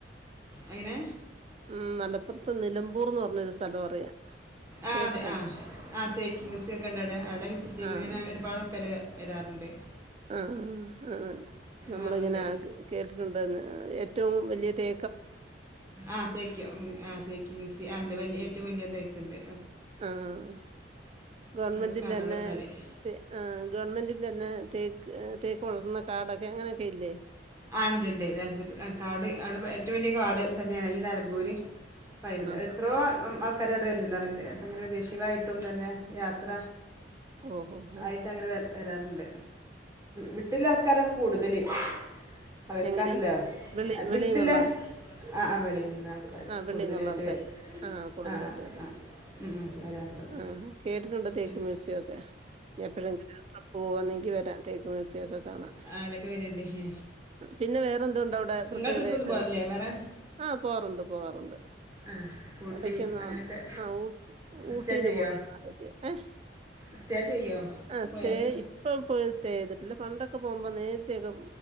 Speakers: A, on the right; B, on the right.
A: അങ്ങനെ
B: ഉം മല പ്പുറത്ത് നിലമ്പൂർന്ന് പറഞ്ഞൊരു സ്ഥലം അറിയാം
A: ആതേ
B: കേട്ടിട്ടുണ്ട്
A: ആ ആ തേക്ക് മ്യൂസിയൊക്കെണ്ടവിടെ വിസിറ്റി
B: ആ ആ
A: ങ്ങനെ ഒരുപാട് ആൾക്കാര് വര് വരാറ്ണ്ട്
B: ആഹ് ആഹ് ആന്ന് നമ്മള്ങ്ങനെ
A: കാണുന്നുണ്ട്
B: ആ കേട്ടിട്ടുണ്ടെന്ന് എ റ്റവും വല്യ തേ
A: ആഹ് തേക്യം ഉം ആ തേക്ക് മ്യൂസിയം ആഹ് ണ്ട് വെല്യ ഏറ്റവും വല്യ ലൈക്ക് ണ്ട്.
B: ആഹ് ആഹ് ആഹ് ഗവൺമെന്റിന്റെന്നെ
A: അതൊക്കെ കാണാൻ അവിടെ വന്നാല്
B: ആ ഗവൺമെന്റിന്റെന്നെ തേക്ക് തേക്ക് പൊളർന്ന കാടൊക്കെ അങ്ങനൊക്കെയില്ലേ?
A: ആഹ് ണ്ട് ണ്ട് നെൽമ്പൂര് കാട് ആടെ ഏറ്റവും വെല്യ കാട് ഇതന്നെണ് ഈ നെൽമ്പൂര് <unintelligible>
B: ആഹ്
A: എത്രയോ ഉം അപ്പ് ക്കാര് അവ്ടെവര്‌ ല്ണ്ട് അറിവി <unintelligible> ഇങ്ങനെ വിദേശികളായിട്ടും തന്നെ യാത്ര
B: ഓ ഓ
A: ആയിട്ട്
B: ഓ
A: അങ്ങനെ വര- വരാറുണ്ട്. വിട്ടില ആൾക്കാരാണ്. കൂടുതല് ആ അവർക്കാണല്ലോ
B: എങ്ങനെ വെളി
A: വിട്ടില്ലേ
B: വെളിന്നുള്ള ആൾ
A: ആ വെളിയുന്ന ആൾക്കർ
B: ആഹ്
A: കൂടുതലായിട്ട്
B: വെളിന്നുള്ള ആൾക്കാര്
A: വ
B: കൂടുതലായിട്ട്
A: ആഹ് ആഹ്
B: വരും
A: ആഹ് ഉം വരാറുള്ളത്
B: ആഹ് കേട്ടിട്ടുണ്ട് തേക്ക്
A: ഉം
B: മ്യൂസിയം ഒക്കെ എപ്പോഴെങ്കിലും അത്ര പോവാന്നെങ്കി വരാൻ തേക്ക് മ്യൂസിയൊക്കെ കാണാം
A: ആ, അതിലൊക്കെ വരുന്നുണ്ട് ഹേ.
B: പിന്നെ വേറെ എന്തുണ്ട് അവിടെ പ്രത്യേകതയായിട്ട്
A: നിങ്ങൾ ട്രിപ്പൊന്നും പോകല്ലേ വേറെ
B: ആ പോവാറുണ്ട് പോവാറുണ്ട്
A: ആ ഊട്ടി
B: ഇടക്കൊന്ന്
A: അങ്ങനെയൊക്കെ
B: ആ ഉ ഊട്ടിയില്
A: സ്റ്റേ ചെയ്യോ
B: പോയരുന്നു ഏഹ്
A: സ്റ്റേ ചെയ്യോ
B: ആ
A: പോയാല്
B: സ്റ്റേ ഇപ്പ പോയി സ്റ്റേ ചെയ്തിട്ടില്ല പണ്ടൊക്കെ പോകുമ്പോ നേരി പ്രത്യേകം